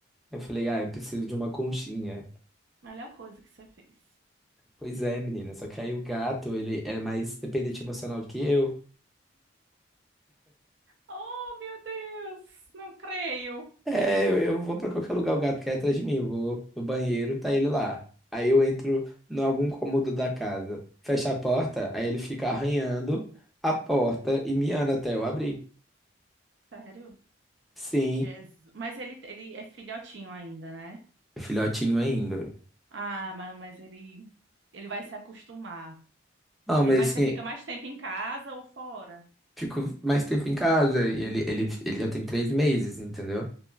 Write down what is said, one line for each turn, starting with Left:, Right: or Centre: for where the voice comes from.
Centre: Eu falei, ah, eu preciso de uma conchinha.
Right: melhor coisa que você fez.
Centre: Pois é, menina, só que aí o gato, ele é mais dependente emocional do que eu.
Right: Oh, meu Deus! Não creio.
Centre: É, eu, eu vou pra qualquer lugar, o gato quer atrás de mim. Eu vou no banheiro, tá ele lá. Aí eu entro em algum cômodo da casa, fecho a porta, aí ele fica arranhando a porta e miando até eu abrir.
Right: Sério?
Centre: Sim,
Right: Jesus. Mas ele, ele é filhotinho ainda, né?
Centre: é filhotinho ainda.
Right: Ah, mas, mas ele, ele vai se acostumar.
Centre: Não,
Right: É,
Centre: mas
Right: Mas
Centre: assim,
Right: você fica mais tempo em casa ou fora?
Centre: fico mais tempo em casa e ele, ele, ele já tem três meses, entendeu?